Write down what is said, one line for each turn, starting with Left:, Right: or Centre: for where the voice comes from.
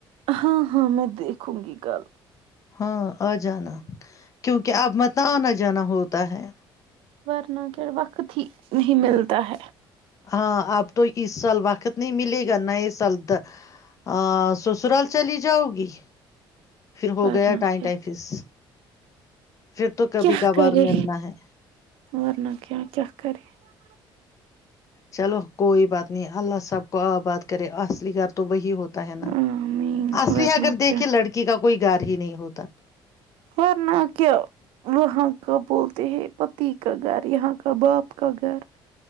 Right: ہاں ہاں میں دیکھوں گی کل
Left: ہاں آ جانا کیونکہ اب مت آنا جانا ہوتا ہے
Right: ورنا کے وقت ہی نہیں ملتا ہے
Left: ہاں اب تو اس سال وقت کتنی ملے گی کرنا یہ سلد ا سسرال چلی جؤ گی پھر ہو
Right: ورنہ
Left: گیا ٹائن
Right: کیا
Left: ٹائفس پھر تو کبھی
Right: کیا
Left: کبھار
Right: کرے
Left: ملنا ہے
Right: ورن کے کیا کرے <unintelligible>
Left: چلو کوئی بات نہیں اللہ سب کو آ بات کرے اصلی گھر تو وہی ہوتا ہے نا
Right: آمین
Left: اصلی
Right: ورنہ
Left: اگر دیکے
Right: کیا
Left: لڑکی کا کو کوئی گار ہی نہیں ہوتا
Right: ورنہ کیا وہاں کابول ہیں پتی کا گھر یہاں کباب کا گھر <unintelligible>